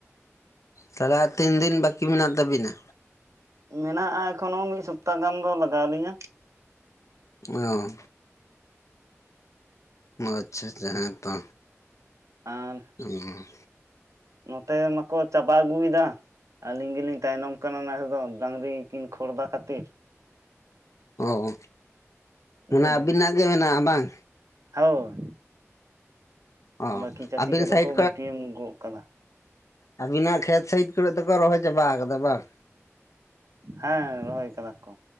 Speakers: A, on the left (about 80°); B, on the right (about 80°).
A: ᱛᱟᱦᱚᱞᱮ ᱟᱨ ᱛᱤᱱ ᱫᱤᱱ ᱵᱟᱹᱠᱤ ᱢᱮᱱᱟᱜ ᱛᱟᱵᱤᱱᱟ
B: ᱢᱮᱱᱟᱜᱼᱟ ᱮᱠᱷᱚᱱᱳ ᱢᱤᱫ ᱥᱚᱯᱛᱟᱦᱚ ᱜᱟᱱ ᱫᱚ ᱞᱟᱜᱟᱣᱞᱤᱧᱟ
A: ᱚ ᱚ ᱟᱪᱪᱷᱟ ᱟᱪᱪᱷᱟ ᱦᱮᱸ ᱛᱚ
B: ᱟᱨ
A: ᱟ
B: ᱱᱚᱛᱮ ᱢᱟᱠᱚ ᱪᱟᱵᱟ ᱟᱹᱜᱩᱭᱮᱫᱟ ᱟᱹᱞᱤᱧ ᱜᱮᱞᱤᱧ ᱛᱟᱭᱱᱚᱢ ᱠᱟᱱᱟ ᱱᱮᱥ ᱫᱚ ᱰᱟᱝᱨᱤ ᱠᱤᱱ ᱠᱷᱚᱲᱫᱟ ᱠᱷᱟᱹᱛᱤᱨ
A: ᱚ
B: ᱵᱩᱡᱷ
A: ᱢᱟᱱᱮ ᱟᱹᱵᱤᱱᱟᱜ
B: ᱫᱟᱵᱮᱱ
A: ᱜᱮ ᱢᱮᱱᱟᱜᱼᱟ ᱵᱟᱝ
B: ᱦᱳᱭ
A: ᱚ
B: ᱵᱟᱹᱠᱤ ᱪᱟᱹᱥᱤ
A: ᱟᱹᱵᱤᱱ
B: ᱠᱚᱫᱚ
A: ᱥᱟᱭᱤᱰ
B: ᱠᱚ ᱜᱩᱴᱤᱭᱟᱹᱢ ᱜᱚᱫ ᱠᱟᱫᱟ
A: ᱟᱵᱤᱱᱟᱜ ᱠᱷᱮᱛ ᱥᱟᱭᱤᱴ ᱠᱚᱨᱮ ᱫᱚᱠᱚ ᱨᱚᱦᱚᱭ ᱪᱟᱵᱟ ᱠᱟᱫᱟ ᱵᱟᱝ
B: ᱦᱮᱸ ᱨᱚᱦᱚᱭ ᱠᱟᱫᱟ ᱠᱚ